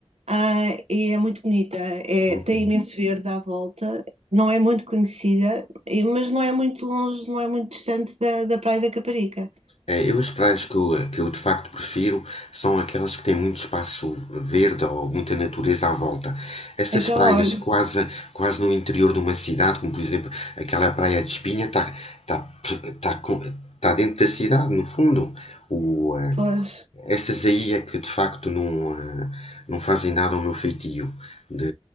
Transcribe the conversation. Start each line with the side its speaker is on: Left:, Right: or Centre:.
Right: Ah, e é muito bonita. É,
Left: uhum.
Right: tem imenso verde à volta. Não é muito conhecida, e- mas não é muito longe, não é muito distante da, da Praia da Caparica.
Left: Eh, Eu as praias que eu, que eu de facto prefiro são aquelas que têm muito espaço verde ou muita natureza à volta. Essas
Right: Então,
Left: praias
Right: olha,
Left: quase, quase no interior de uma cidade, como por exemplo aquela praia de Espinha, está tá, tá, com- tá dentro da cidade, no fundo. O, eh,
Right: pois,
Left: Essas aí é que de facto não, eh, não fazem nada ao meu feitio. De,